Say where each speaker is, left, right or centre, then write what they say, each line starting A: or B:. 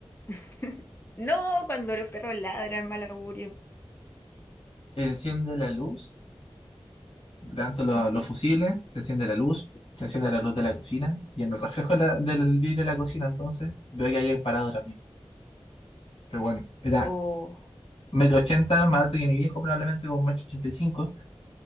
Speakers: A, on the left; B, on the left.
A: <laughs> No, cuando los perros ladran, mal augurio.
B: Enciende la luz Levanto lo-
A: Ujú.
B: los fusibles, se enciende la luz, se enciende la luz de la cocina y en el reflejo de la- del vidrio de la cocina entonces veo que hay un parador mío. Pero bueno, era
A: Oh,
B: metro ochenta, más alto que mi viejo probablemente, con metro ochenta y cinco,